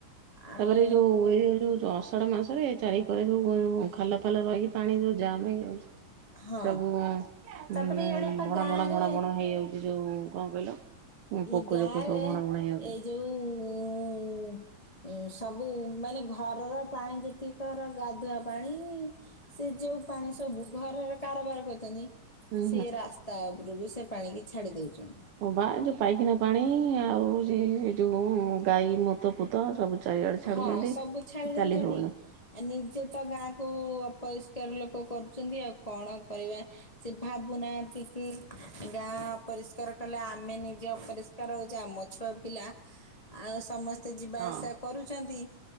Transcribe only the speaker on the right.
ତାପରେ ଏଇ ଯୋଉ ଏଇ ଯୋଉ ଅଷାଢ ମାସ। ଥରେ ଚାରି କରେ ଯୋଉ ଖାଲ ଫାଲ ରହିକି ପାଣି ଯୋଉ ଜାମ୍ ହେଇଯାଉଛି
ସବୁ। ହୁଁ
ଭଣ
ଭଣ ଭଣ ଭଣ ହେଇଯାଉଛି ଯୋଉ କଣ କହିଲ। ପୋକ
ଜୋକ ସବୁ ଭଣ ଭଣ ହେଇଯାଉଛନ୍ତି
ହୁଁ
ହ ବା ଯୋଉ ପାଇଖାନା ପାଣି ଆଉ ସେ ଯୋଉ ଗାଈ ମୁତ ପୁତ ସବୁ ଚାରିଆଡେ ଛାଡୁଛନ୍ତି।
ଚାଲି ହଉନି
ହଁ